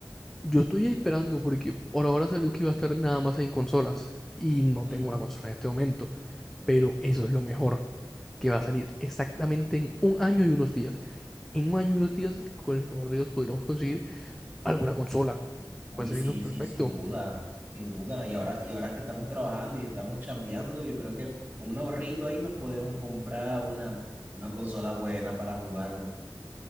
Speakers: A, in the centre; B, on the right.
A: yo estoy esperando porque por ahora salió que iba a estar nada más en consolas. Y no
B: Ujú.
A: tengo una consola en este momento. Pero eso es lo mejor. Que va a salir exactamente en un año y unos días. En un año y unos días, con el favor de Dios, podremos conseguir alguna consola.
B: Uy,
A: Puede salirnos
B: sí,
A: perfecto.
B: sí, sin duda, sin duda. Y ahora, y ahora que estamos trabajando y estamos chambeando, yo creo que un ahorrito ahí nos podemos comprar una, una consola buena para jugarlo.